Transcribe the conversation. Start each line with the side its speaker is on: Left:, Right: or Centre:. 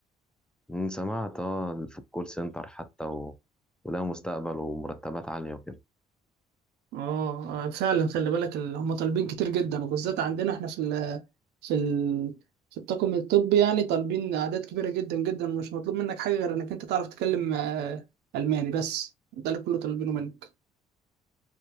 Centre: أمم، سمعت اه في الكول سنتر حتى و... وده مستقبل ومرتبات عالية وكده
Right: اه آه، فعلا خلي بالك اللي هم طالبين كتير جدا وبالذات عندنا احنا في ال في ال في الطاقم الطبي يعني طالبين أعداد كبيرة جدا جدا ومش مطلوب منك حاجة غير إنك أنت تعرف تتكلم آه، ألماني بس ده اللي كله طالبينه منك